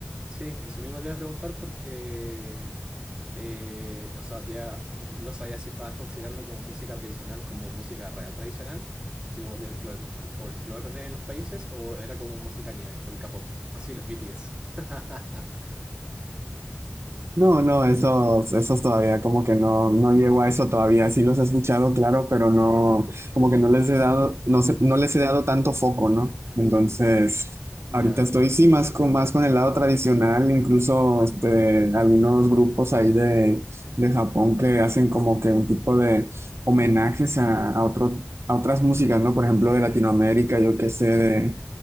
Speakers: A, on the right (about 20°); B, on the right (about 80°).
A: Sí, eso mismo te iba a preguntar porque, eh, o sea, te iba- n- no sabía si estabas considerando como música tradicional, como música real tradicional, así como el folclore de los países, o era como música anime, el K-pop, <laughs> así los BTS. <laughs>
B: No, no, esos, esos todavía como que no, no llego a eso todavía. Sí los he escuchado, claro, pero no, como que no les he dado, no sé- no les he dado tanto foco, ¿no? Entonces,
A: Ya.
B: ahorita estoy sí más con, más con el lado tradicional, incluso este, algunos grupos ahí de, de Japón que hacen como que un tipo de homenajes a, a otro, a otras músicas, ¿no? Por ejemplo, de Latinoamérica, yo qué sé,